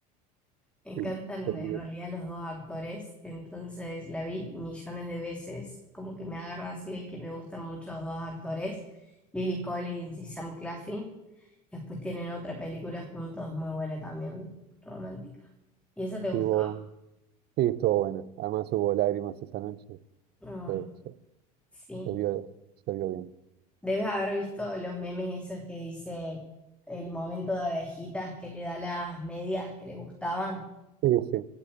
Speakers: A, in the centre; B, on the right (about 50°).
A: Me encantan
B: sí. también
A: en realidad los dos actores, entonces la vi millones de veces, como que me agarra así de que me gustan mucho los dos actores, Lily Collins y Sam Claflin. Y Después tienen otra película juntos muy buena también, romántica. ¿Y esa te
B: estuvo-
A: gustó?
B: sí, estuvo buena. Además hubo lágrimas esa noche,
A: Mm,
B: se, se-
A: sí.
B: se vio, se vio bien.
A: Debes haber visto los memes esos que dice el momento de abejitas que le da las medias que le gustaban.
B: Sí, sí,